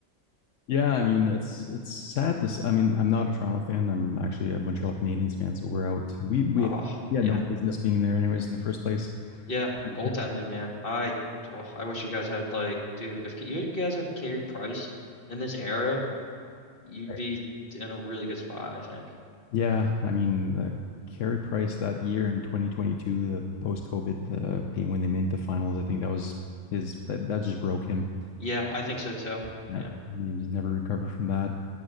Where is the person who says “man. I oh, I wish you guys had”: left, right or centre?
Left